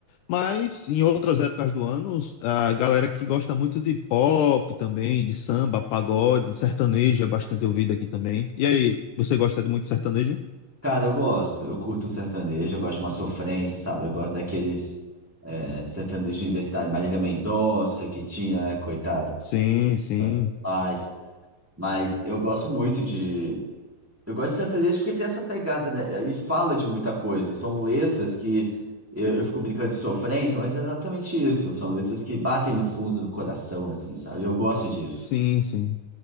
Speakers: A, on the left; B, in the centre.
A: Mas em outras épocas do ano, a galera que gosta muito de pop também, de samba, pagode, sertanejo é bastante ouvido aqui também. E aí, você gosta de muito sertanejo?
B: Cara, eu gosto, eu curto um sertanejo, eu gosto de uma sofrência, sabe? Eu gosto daqueles é, sertanejos universitários, Marília Mendonça, que tinha, né? Coitado,
A: Sim, sim,
B: tantos pais. Mas eu gosto muito de Eu gosto de sertanejo porque tem essa pegada, né? Ele fala de muita coisa. São letras que eu, eu fico brincando de sofrência, mas é exatamente isso. São letras que batem no fundo do coração, assim, sabe? Eu gosto disso.
A: sim, sim.